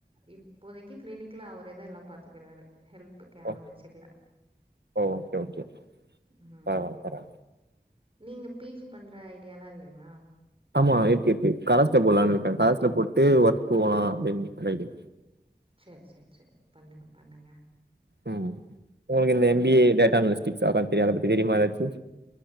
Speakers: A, on the right; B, on the right.
A: இப்போதைக்கு கிளினிக்ல அவரேதா எல்லா பாத்துக்கிறாரு ஹெல்ப் காரு
B: ஓ
A: வச்சக்கல
B: ஓகே ஓகே
A: ம்
B: பரவால்ல பரவால்ல
A: நீங்க பிஜி பண்ற ஐடியாலா இல்லைங்களா
B: ஆமா இருக்கு இருக்கு கரஸ்ல போடலாம்னு இருக்கே கரஸ்ல போட்டு வத்து ஓர்க் போகலா அப்டின்னு நெனைக்கற
A: சேரி சேரி சேரி பண்ணுங்க பண்ணுங்க
B: ம் உங்களுக்கு இந்த
A: ம்.
B: எம்பிஏ டேட்டா அனலிஸ்டிக்ஸ் அதாம் தெரியு அத பத்தி தெரியுமா எதாச்சு